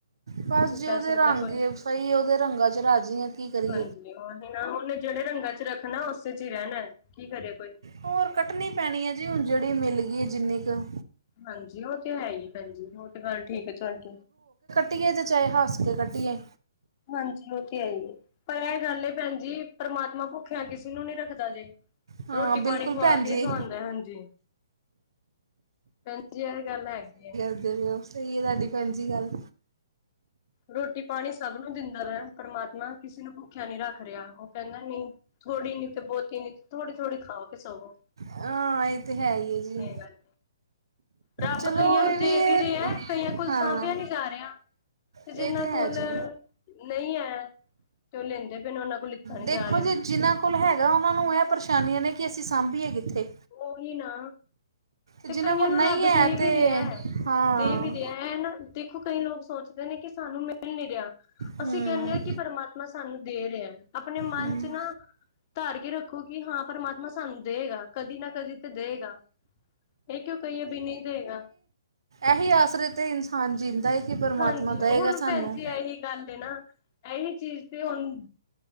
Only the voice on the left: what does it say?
ਕੀ
ਕਹਿ
ਸਕਦਾ
ਕੋਈ
ਹਾਂਜੀ, ਉਹਨੇ ਨਾ, ਉਹਨੇ ਜਿਹੜੇ ਰੰਗਾ 'ਚ ਰੱਖਣਾ ਉਸੇ 'ਚ ਹੀ ਰਹਿਣਾ ਕੀ ਕਰੇ ਕੋਈ।
ਹਾਂਜੀ, ਉਹ ਤੇ ਹੈ ਹੀ ਭੈਨਜੀ, ਉਹ ਤੇ ਗਲ ਠੀਕ ਏ ਤੁਹਾਡੀ।
ਹਾਂਜੀ, ਓ ਤੇ, ਹੈਹੀਏ। ਪਰ ਐ ਗਲ ਏ ਭੈਣ ਜੀ, ਪਰਮਾਤਮਾ ਭੁਖਿਆਂ ਕਿਸੇ ਨੂੰ ਨੀ ਰੱਖਦਾ ਜੇ।
ਰੋਟੀ-ਪਾਣੀ
ਖਵਾਕੇ
ਈ ਸਵਾਉਂਦਾ ਏ, ਹਾਂਜੀ। ਭੈਣਜੀ, ਇਹ ਗੱਲ ਹੈਗੀ ਏ।
ਰੋਟੀ-ਪਾਣੀ ਸਭ ਨੂੰ ਦਿਦਾ ਵਾ, ਪਰਮਾਤਮਾ! ਕਿਸੇ ਨੂੰ ਭੁਖਿਆ ਨੀ ਰਖ ਰਿਹਾ, ਉਹ ਕਹਿਦਾ ਨਹੀ, ਥੋੜ੍ਹੀ ਨੀ ਤੇ ਬਹੁਤੀ ਨੀ ਥੋੜੀ-ਥੋੜ੍ਹੀ ਖਾਕੇ ਸੌਵੋ।
ਗੱਲ ਰੱਬ
ਕਈਆਂ ਨੂੰ
ਦੇ
ਵੀ ਰਿਹਾ, ਕਈਆਂ ਕੋਲ
ਸਾਂਭਿਆ ਨੀ ਜਾ ਰਿਹਾ। ਜਿਹਨਾਂ
ਕੋਲ
ਨਹੀ ਐ, ਤੇ ਉਹ ਲੈਂਦੇ ਪਏ ਨੇ ਉਹਨਾਂ ਕੋਲ ਨੀ
ਜਾ ਰਿਹਾ
ਓਹੀ ਨਾ। ਤੇ
ਕਈਆਂ
ਨੂੰ
ਰੱਬ
ਦੇ ਵੀ
ਰਿਹੈ,
ਦੇ ਵੀ ਰਿਹਾ ਐ ਨਾ- ਦੇਖੋ ਕਈ ਲੋਕ ਸੋਚਦੇ ਨੇ ਕਿ ਸਾਨੂੰ ਮਿਲ ਨੀ ਰਿਹਾ,
ਅਸੀ ਕਹਿਦੇ ਹਾਂ ਕਿ ਪਰਮਾਤ ਤਮਾਂ ਸਾਨੂੰ ਦੇ ਰਿਹਾ, ਆਪਣੇ ਮਨ
'ਚ ਨਾ ਧਾਰ ਕੇ ਰਖੋ ਕਿ, ਹਾਂ, ਪ੍ਰਮਾਤਮਾ ਸਾਨੂੰ ਦੇਗਾ, ਕਦੀ ਨਾ ਕਦੀ ਤੇ ਦੇਗਾ। ਇਹ ਕਿਉ ਕਹੀਏ, ਬੀ ਨਹੀਂ ਦੇਗਾ।
ਹਾਂਜੀ
ਹੁਣ
ਭੈਣ ਜੀ ਇਹੀ ਗੱਲ ਏ ਨਾ, ਇਹੀ ਚੀਜ਼ ਤੇ ਹੁਣ